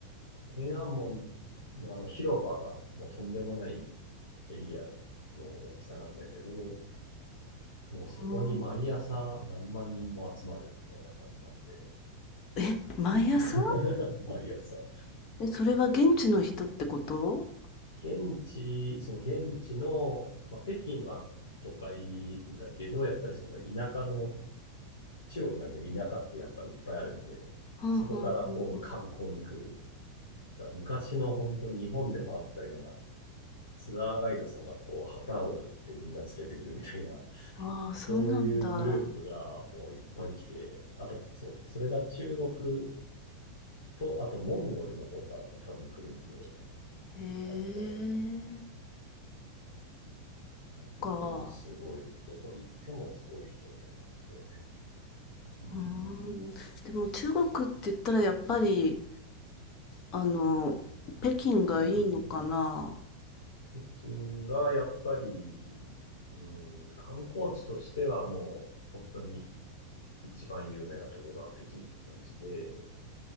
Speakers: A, on the left; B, on the left.
A: 天安門のあの広場が、もうとんでもないエリアの大きさなんだけど、もうそこに毎朝何万人も集まるみたいな感じなんで、
B: うんえ、毎朝
A: <laughs> 毎朝。
B: え、それは現地の人ってこと
A: 現地、そう、現地の、まあ、北京は都会だけど、やっぱりその田舎の中国なんかでも田舎ってやっぱいっぱいあるんで、
B: はんはんはん
A: そこからこう観光に来る。だから昔の本当日本でもあったようなツアーガイドさんがこう旗を振ってみんな連れてくるみたいな、
B: はん。ああ、
A: そういうグループがもういっぱい来て、
B: そうなんだ。
A: あとそう、それが中国と、あとモンゴルの方からも多分来るんで、
B: へえ、
A: 北の方の。本当にすごい、
B: か。
A: どこに行ってもすごい人って感じで。うん。
B: うーん、でも中国って言ったらやっぱり、あの、北京がいいのかな。
A: うん。北京がやっぱり、うん、観光地としてはもう本当に一番有名なとこが北京って感じで、